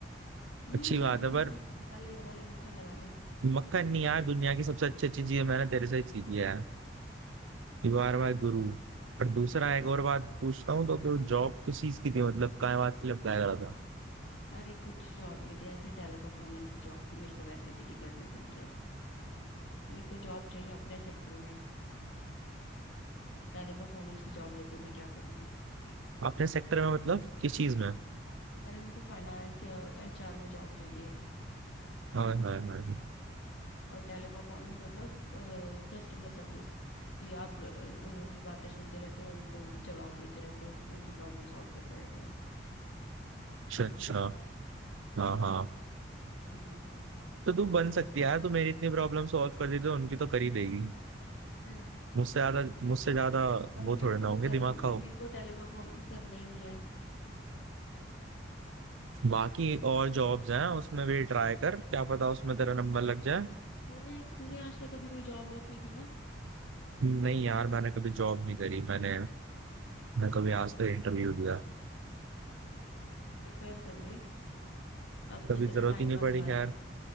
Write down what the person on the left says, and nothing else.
हम्म
हम्म
हम्म
हम्म, लगा ले लगा ले मक्खन लगा ले
अरे कुछ जॉब नहीं थी ऐसे टेले परफॉर्मेंस की जॉब थी मेरे को वैसे भी नहीं करने में इंटरेस्ट मेरे को जॉब चाहिए अपने सेक्टर में टेले परफॉर्मेंस की जॉब लेके मैं क्या करूंगी
अरे मेरे को फाइनेंस या एचआर में जॉब चाहिए
और टेली परफॉर्मेंस मतलब कस्टमर सर्विस कि आप ल- लोगों की बातें सुनते रहते हो उनको जवाब देते रहते हो उनकी प्रॉब्लम सॉल्व करते रहते हो
समझा
हम्म
अरे
पर
मेरे
को
वो
कर
मेरे
को टेली परफॉर्मेंस करना ही नहीं है
तूने तूने आज तक कभी कोई जॉब वॉब नहीं की ना
प्रिपेयर कर ले अब
तो तेरा
टाइम
आने
वाला
है